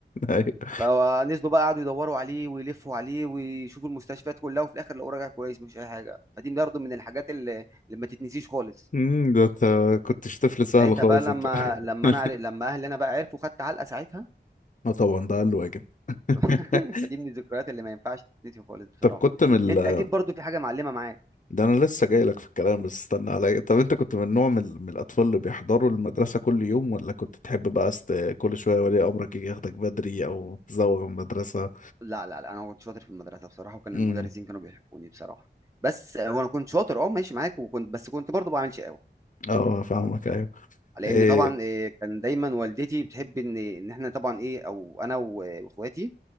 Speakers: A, on the left; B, on the right.
A: أيوة.
B: فنزلوا بقى قعدوا يدوروا عليه ويلفوا عليه ويشوفوا المستشفيات كلها وفي الاخر لقوه راجع كويس مفيش اي حاجه فدي برضه من الحاجات اللي, اللي ما تتنسيش خالص
A: أمم، ده انت كنتش طفل سهل
B: ساعتها
A: خالص
B: بقى لما
A: انت <laughs>
B: لما انا عر- لما اهلي انا بقى عرفوا خدت علقه ساعتها
A: اه طبعا ده اقل واجب <laughs>
B: <laughs> فدي من الذكريات اللي ما ينفعش تتنسي خالص بصراحه
A: طب كنت من ال...
B: انت اكيد برضو في حاجه معلمه معاك
A: ده انا لسه جاي لك في الكلام بس استنى عليا طب انت كنت من نوع من, من الاطفال اللي بيحضروا المدرسه كل يوم ولا كنت تحب بقى است... كل شويه ولي امرك يجي ياخدك بدري او تزوغ من المدرسه
B: لا لا لا انا كنت شاطر في المدرسه بصراحه وكان
A: امم
B: المدرسين كانوا بيحبوني بصراحه بس آه، وانا كنت شاطر اه ماشي معاك وكنت بس كنت برضو بعمل شقاوه
A: اه فاهمك ايوه
B: لان
A: ايه
B: طبعا آه، كان دايما والدتي بتحب ان ان احنا طبعا ايه او انا و- واخواتي